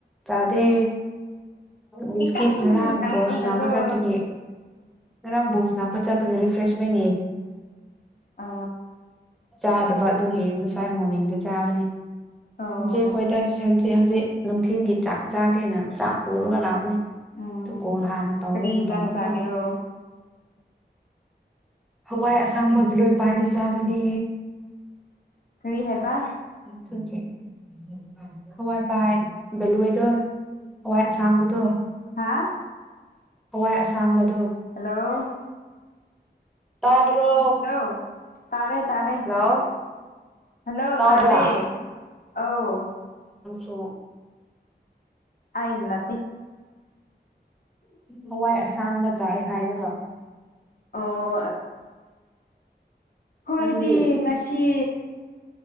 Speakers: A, in the centre; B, on the left.
A: ꯆꯥꯗꯦ ꯕꯤꯁꯀꯤꯠ
B: ꯏꯀꯪ
A: ꯉꯔꯥꯡ
B: ꯀꯪꯂꯒꯀꯣ
A: ꯕꯣꯛꯁ ꯅꯥꯕ ꯆꯠꯄꯒꯦ ꯀꯔꯝꯕꯨꯣꯁꯅꯥꯕ ꯆꯥꯄ ꯔꯔꯤꯐ꯭ꯔꯦꯁꯃꯦꯟ
B: ꯑ
A: ꯆꯥꯗꯕ ꯑꯗꯨꯒꯤ ꯉꯁꯥꯏ ꯃꯣꯔꯅꯤꯡꯗ ꯆꯥꯕꯅꯤ
B: ꯑꯣ
A: ꯉꯆꯦ ꯈꯈꯣꯏꯗ ꯏꯁ ꯁꯟꯁꯦ ꯍꯧꯖꯤꯛ ꯅꯨꯡꯊꯤꯜꯒꯤ ꯆꯥꯛ ꯆꯥꯒꯦꯅ ꯆꯥꯛ ꯄꯨꯔꯒ ꯂꯥꯛꯕꯅꯤ
B: ꯎꯝ
A: ꯑꯗꯨ ꯀꯣ ꯍꯥꯟꯅ ꯇꯧꯔꯦꯅ
B: ꯀꯔꯤ ꯏꯟꯖꯥꯡ
A: ꯇꯧꯔꯀꯣ
B: ꯆꯥꯒꯦꯔꯣ
A: ꯍꯋꯥꯏ ꯑꯁꯥꯡꯕ ꯕꯤꯂꯣꯏ ꯄꯥꯏꯗꯨ ꯆꯥꯒꯅꯤ
B: ꯐꯔꯤ ꯍꯦꯕ
A: ꯁ ꯍꯋꯥꯏ ꯄꯥꯏ ꯕꯦꯂꯣꯏꯗꯣ ꯍꯋꯥꯏ ꯑꯁꯥꯡꯕꯗꯣ
B: ꯍꯥꯥ
A: ꯍꯋꯥꯏ ꯑꯁꯥꯡꯕꯗ
B: ꯍꯜꯂꯣ
A: ꯇꯥꯗ꯭ꯔꯣ
B: ꯍꯜꯂꯣ ꯇꯥꯔꯦ ꯇꯥꯔꯦ
A: ꯍꯜꯂꯣ
B: ꯍꯜꯂꯣ
A: ꯇꯥꯕ꯭ꯔꯥ
B: ꯇꯥꯔꯦ ꯑ
A: ꯇꯣ
B: ꯑ ꯏꯅꯗꯤ
A: ꯍꯋꯥꯏ ꯑꯁꯥꯡ ꯃꯆꯥꯏ ꯍꯥꯏꯔꯒ
B: ꯑꯣ ꯍꯣꯏꯗꯤ
A: ꯅꯪꯗꯤ
B: ꯉꯁꯤ